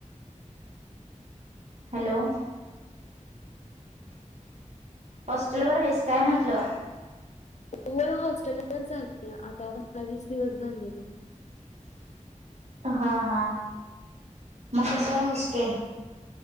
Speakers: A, on the right; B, on the left.
A: हॅलो? हॉस्टेलवर आहेस काय म्हंटलं?
B: होय, हॉस्टेलवर झाले आता पंधरा, वीस दिवस झाले बघ.
A: हा, हा, मग कस आहे हॉस्टेल?